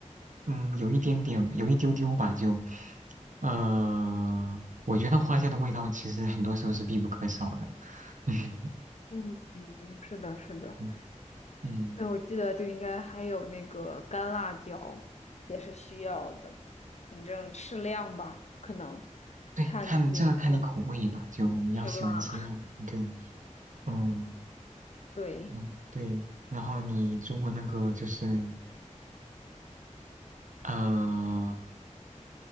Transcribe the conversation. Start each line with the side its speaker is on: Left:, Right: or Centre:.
Right: 嗯，有一点点，有一丢丢吧，就，呃，我觉得花椒的味道其实很多时候是必不可少的。<laughs> 嗯
Left: 嗯，嗯是的，是的。
Right: 嗯嗯，
Left: 那我记得就应该还有那个干辣椒也是需要的，反正适量吧，可能
Right: 对，
Left: 看自己能不能
Right: 看这个看你口味吧，就你要喜欢吃辣，
Left: 吃辣。
Right: 对，嗯
Left: 对，
Right: 嗯对，然后你如果那个就是。呃，